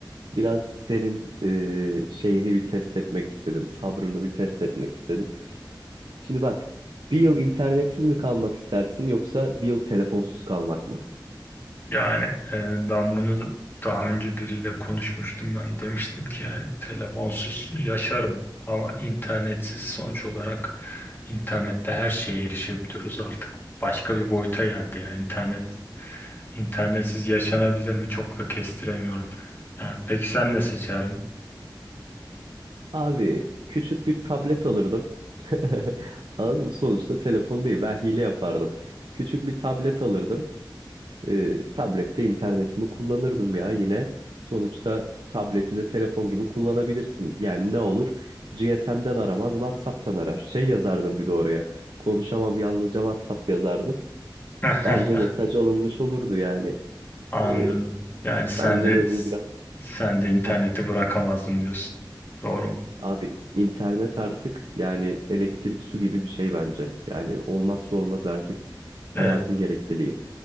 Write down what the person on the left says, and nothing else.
Yani e, ben bunu daha önce biriyle konuşmuştum ben demiştim ki yani telefonsuz yaşarım ama internetsiz sonuç olarak internette her şeye erişebiliyoruz artık başka bir boyuta geldi ya internet internetsiz yaşanabilir mi çok da kestiremiyorum. Yani peki sen ne seçerdin?
<laughs>
Anladım.
Yani sen
de
sen de interneti
bırakamazdın diyorsun. Doğru mu?
Evet.